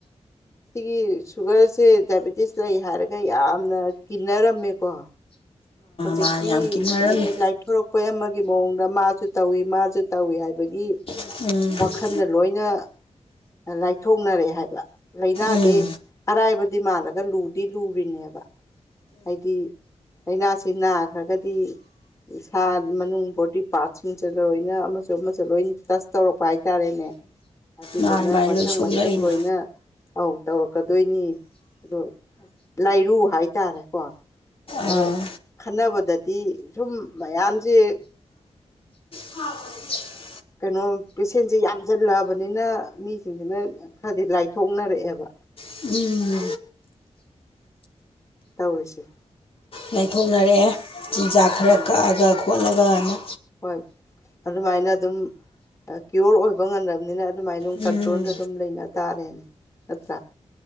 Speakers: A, on the left (about 25°); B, on the left (about 55°).
A: ꯁꯤꯒꯤ ꯁꯨꯒꯔꯁꯦ ꯗꯥꯏꯕꯦꯇꯤꯁ ꯂꯩ ꯍꯥꯏꯔꯒ ꯌꯥꯝꯅ ꯀꯤꯟꯅꯔꯝꯃꯦꯀꯣ ꯍꯧꯖꯤꯛꯇꯤ
B: ꯃꯥꯅ ꯌꯥꯝ ꯀꯤꯅꯔꯝꯃꯤ
A: ꯍꯥꯏꯗꯤ ꯂꯥꯏꯊꯣꯔꯛꯄ ꯑꯃꯒꯤ ꯃꯑꯣꯡꯗ ꯃꯥꯖꯨ ꯇꯧꯏ ꯃꯥꯖꯨ ꯇꯧꯏ ꯍꯥꯏꯕꯒꯤ
B: ꯎꯝ
A: ꯈꯟꯗ ꯂꯣꯏꯅ ꯂꯥꯏꯊꯣꯛꯅꯔꯦ ꯍꯥꯏꯕ ꯂꯥꯏꯅꯖꯦ
B: ꯎꯝ
A: ꯑꯔꯥꯏꯕꯗꯤ ꯃꯥꯜꯂꯒ ꯂꯨꯗꯤ ꯂꯨꯔꯤꯅꯦꯕ ꯍꯥꯏꯗꯤ ꯂꯥꯏꯅꯁꯦ ꯁꯤ ꯅꯥꯈ꯭ꯔꯒꯗꯤ ꯏꯁꯥ ꯃꯅꯨꯡ ꯕꯣꯗꯤ ꯄꯥꯔꯠꯁꯤꯡꯁꯤꯗ ꯂꯣꯏꯅ ꯑꯃꯁꯨ ꯑꯃꯁꯨ ꯂꯣꯏ ꯇꯁ ꯇꯧꯔꯛꯄ ꯍꯥꯏꯇꯥꯔꯦꯅꯦ ꯑꯗꯨꯗꯨꯅ
B: ꯃꯥ ꯑꯗꯨꯃꯥꯏꯅ
A: ꯃꯊꯪ
B: ꯂꯣꯏ ꯁꯣꯛꯂꯛꯏꯅꯤ
A: ꯃꯊꯪ ꯂꯣꯏꯅ ꯑꯧ ꯇꯧꯔꯛꯀꯗꯣꯏꯅꯤ ꯑꯗꫭ ꯂꯥꯏꯔꯨ ꯍꯥꯏꯇꯥꯔꯦꯀꯣ ꯑꯗꯣ
B: ꯑꯥ
A: ꯈꯟꯅꯕꯗꯗꯤ ꯁꯨꯝ ꯃꯌꯥꯝꯖꯦ
B: ꯍ <unintelligible>
A: ꯀꯩꯅꯣ ꯄꯦꯁꯦꯟꯖꯦ ꯌꯥꯝꯁꯤꯜꯂꯛꯑꯕꯅꯤꯅ ꯃꯤꯖꯤꯡꯖꯤꯅ ꯈꯔꯗꯤ ꯂꯥꯏꯊꯣꯛꯅꯔꯛꯑꯦꯕ
B: ꯎꯝ
A: ꯇꯔꯤꯁꯦ꯫
B: ꯂꯥꯏꯊꯣꯛꯅꯔꯛꯑꯦ ꯆꯤꯟꯖꯥꯛ ꯈꯔ
A: ꯎꯝ
B: ꯀꯛꯑꯒ ꯈꯣꯠꯂꯒꯅ
A: ꯍꯣꯏ ꯑꯗꯨꯃꯥꯏꯅ ꯑꯗꯨꯝ ꯀꯤꯌꯣꯔ ꯑꯣꯏꯕ ꯉꯝꯗꯕꯅꯤꯅ ꯑꯗꯨꯃꯥꯏꯅ ꯑꯗꯨꯝ
B: ꯎꯝ
A: ꯀꯟꯇ꯭ꯔꯣꯜꯗ ꯑꯗꯨꯝ ꯂꯩꯅ ꯇꯥꯔꯦꯅꯦ ꯅꯠꯇ꯭ꯔꯥ꯫